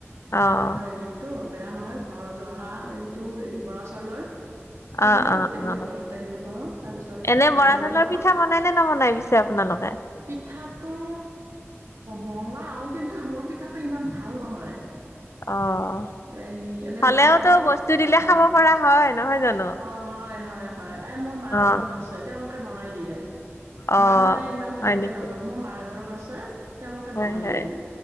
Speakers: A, on the left (about 70°); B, on the right (about 75°).
A: অ'।
B: ঘৰৰ হেৰিতটো বেয়া নহয় ঘৰৰ জহা এই টো এই বৰা চাউলৰ। সেইখিনি
A: অ', অ',
B: গোটেইখিনি
A: অ',
B: ঘৰতে হেৰি কৰো, তাৰপিছত
A: এনে
B: আইজুংটো
A: বৰা চাউলৰ
B: পাওঁ।
A: পিঠা বনাই নে নবনাই পিছে আপোনালোকে?
B: পিঠাটো বনাও, কিন্তু মোৰ পিঠাটো ইমান ভাল নহয়।
A: অ',
B: এই এনে
A: হলেওঁতো
B: বনাও
A: বস্তু দিলে
B: অ',
A: খাব পৰা হয়, নহয় জানো?
B: অ', হয়, হয়। হয়, এ, মোৰ মাৰ
A: অ',
B: ঘৰত আছে। তেওঁলোকে বনাই দিয়ে।
A: অ',
B: মই মানে ইমান ভালকে
A: হয় নেকি?
B: নাজানো, মই মাৰঘৰত আছে, তেওঁলোকে
A: হয়,
B: বনাই
A: হয়।
B: দিয়ে।